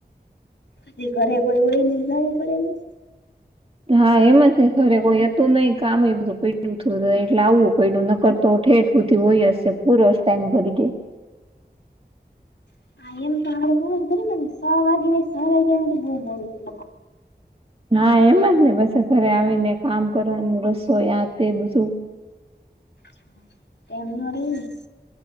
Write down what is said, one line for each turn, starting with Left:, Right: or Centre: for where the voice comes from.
Left: <unintelligible>
Right: હા, એમ જ ને ખરે કોઈ હતું નહી, કામમે બધું પેડું થ, એટલે આવું પેડું નકરતો ઠેઠ ઉથી હોય હશે, પૂરો જ ટાઈમ ભર ગય
Left: <unintelligible>
Right: હા એમ જ ને, બસે ઘરે આવીને કામ કરવાનું, રસોઈ આ તે બધું
Left: <unintelligible>